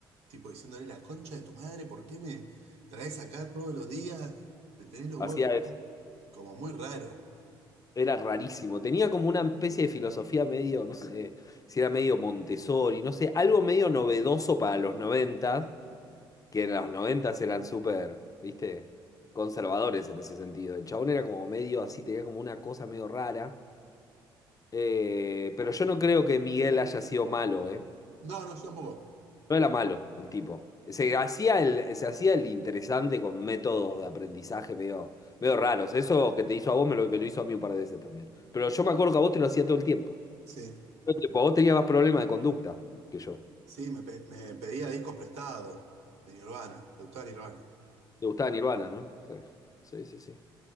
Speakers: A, on the right; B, on the left.
A: Tipo diciéndole la concha de tu madre, ¿por qué me traes acá todos los días? Me tenés los
B: Hacía
A: huevos
B: eso.
A: como muy raro.
B: Era rarísimo. Tenía como una especie de filosofía medio, no sé, si era medio Montessori, no sé, algo medio novedoso para los 90, que en los 90 eran súper, viste, conservadores en ese sentido. El chabón era como medio así, tenía como una cosa medio rara. Eh, pero yo no creo que Miguel haya sido malo, ¿eh?
A: No, no, yo tampoco.
B: No era malo el tipo. Se hacía el, se hacía el interesante con métodos de aprendizaje medio, medio raros. Eso que te hizo a vos me lo, me lo hizo a mí un par de veces también. Pero yo me acuerdo que a vos te lo hacía todo el tiempo.
A: Sí,
B: Todo el tiempo. Vos tenías más problemas de conducta que yo.
A: sí, me, pe- me pedía discos prestados de Nirvana, de gustaba Nirvana.
B: Te gustaba Nirvana, ¿no? Sí, sí, sí, sí.